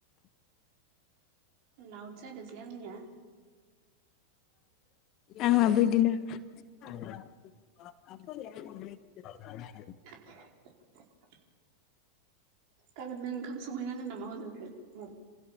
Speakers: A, on the right; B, on the left.
A: लाउद जादो जे आंनिया‌।
B: आंनाबो इदिनो। <unintelligible>
A: <inaudible> गाबोन नों ओंखाम संहैनांगोन नामा हजोंसो? उम